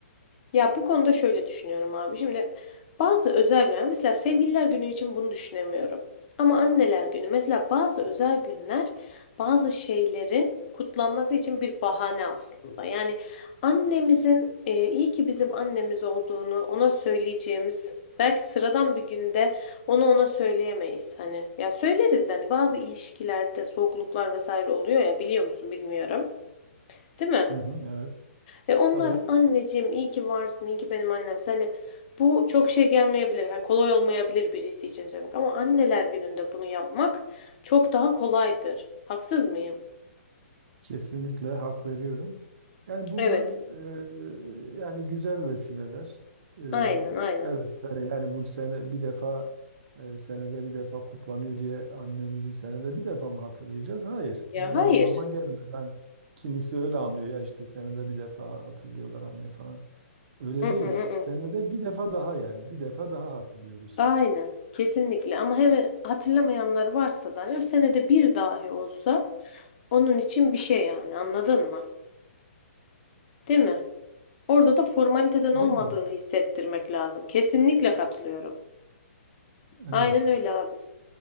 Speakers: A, on the left; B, on the right.
A: Ya bu konuda şöyle düşünüyorum abi. Şimdi bazı özel günler mesela sevgililer günü için bunu düşünemiyorum. Ama anneler günü mesela bazı özel günler bazı şeylerin kutlanması için bir bahane aslında. Yani annemizin e, iyi ki bizim annemiz olduğunu ona söyleyeceğimiz belki sıradan bir günde onu ona söyleyemeyiz. Hani ya söyleriz de hani bazı ilişkilerde soğukluklar vesaire oluyor ya biliyor musun bilmiyorum. Değil mi?
B: Hı hı, evet.
A: Ve onlar
B: Tabii.
A: anneciğim iyi ki varsın, iyi ki benim annem. Hani bu çok şey gelmeyebilir. Yani kolay olmayabilir birisi için söylemek ama anneler gününde bunu yapmak çok daha kolaydır. Haksız mıyım?
B: Kesinlikle hak veriyorum. Yani bunlar
A: Evet.
B: e, yani güzel vesileler. E,
A: Aynen, aynen.
B: evet sene yani bu sene bir defa e, senede bir defa kutlanıyor diye annemizi senede bir defa mı hatırlayacağız? Hayır.
A: Ya
B: Bu
A: hayır.
B: o anlama gelmez. Hani kimisi öyle anlıyor ya işte senede bir defa hatırlıyorlar anne falan. Öyle
A: I, ı,
B: değil.
A: ı,
B: Senede
A: ı.
B: bir defa daha yani bir defa daha hatırlıyoruz.
A: Aynen. Kesinlikle ama hem hatırlamayanlar varsa da hani senede bir dahi olsa onun için bir şey yani anladın mı? Değil mi? Orada da formaliteden
B: Değil
A: olmadığını
B: mi?
A: hissettirmek lazım. Kesinlikle katılıyorum.
B: Evet.
A: Aynen öyle abi.